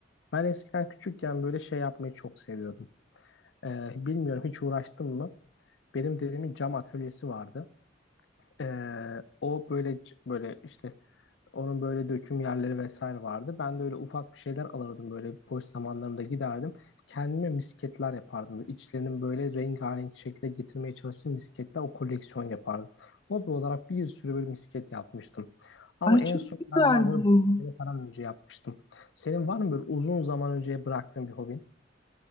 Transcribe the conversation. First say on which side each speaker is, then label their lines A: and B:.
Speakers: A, on the left; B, on the left.
A: Ben eskiden küçükken böyle şey yapmayı çok seviyordum. Ee, bilmiyorum hiç uğraştım mı? Benim dedemin cam atölyesi vardı. Ee, o böyle c- böyle işte onun böyle döküm yerleri vesaire vardı. Ben de öyle ufak bir şeyler alırdım böyle boş zamanlarımda giderdim. Kendime misketler yapardım. İçlerinin böyle rengarenk şekle getirmeye çalıştığım misketler o koleksiyon yapardım. Hobi olarak bir sürü böyle misket yapmıştım. Ama
B: Ay
A: en
B: çok
A: son
B: güzel
A: galiba bunu
B: bu.
A: sene falan önce yapmıştım. Senin var mı böyle uzun zaman önce bıraktığın bir hobin?